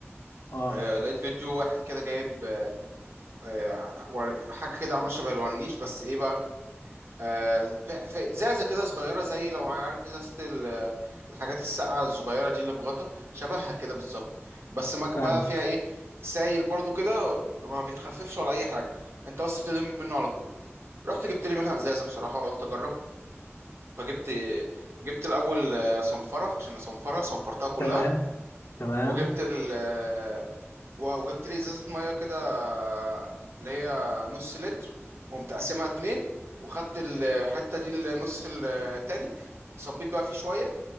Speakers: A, on the left (about 60°); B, on the right (about 60°).
A: اه
B: آه، لقيت فيديو واحد كده جايب آه، آه، ور- حاجه كده عامله شبه الورنيش بس ايه بقى آه، ف- ف- ازازه كده صغيره زي لو عارف ازازه ال- الحاجات الساقعه الصغيره دي اللي بغطا شبهها كده بالظبط بس ما ك-
A: فاهمك
B: بقى فيها ايه سايل برضو كده ما بيتخففش ولا اي حاجه انت بس بتلم منه على طول رحت جبت لي منها ازازه بصراحه قلت اجرب فجبت جبت الاول آه، صنفره عشان اصنفرها صنفرتها كلها
A: تمام تمام
B: وجبت ال آه، وجبت لي ازازه ميه كده آه، اللي هي نص لتر وقمت قاسمها اتنين وخدت الحته دي النص التاني صبيت بقى فيه شويه